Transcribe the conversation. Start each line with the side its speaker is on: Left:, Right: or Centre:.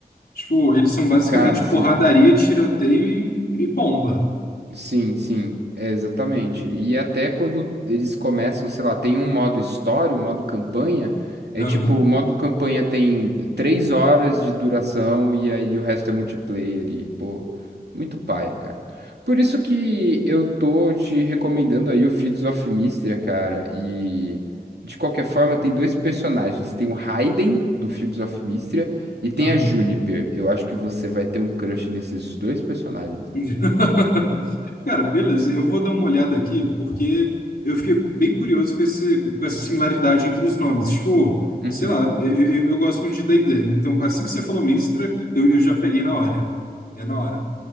Left: Tipo, eles são basicamente
Right: Cara, sim.
Left: porradaria, tiroteio e, e bomba.
Right: Sim, sim, é exatamente. E até quando eles começam, sei lá, tem um modo história, um modo campanha, é
Left: Aham,
Right: tipo, o modo campanha tem três horas de duração e aí o resto é multiplayer e, pô, muito paia, cara. Por isso que eu tô te recomendando aí o Fields of Mistria, cara, e de qualquer forma tem dois personagens, tem o Raiden, do Fields of Mistria, e tem
Left: aham.
Right: a Juniper. Eu acho que você vai ter um crush nesses dois personagens aí.
Left: <laughs> Cara, beleza, eu vou dar uma olhada aqui, porque eu fiquei bem curioso com esse, com essa similaridade entre os nomes. Tipo,
Right: Uhum.
Left: sei lá, eu, eu, eu gosto muito de D&D, então assim que você falou Mistra, eu, eu já peguei na hora. É na hora.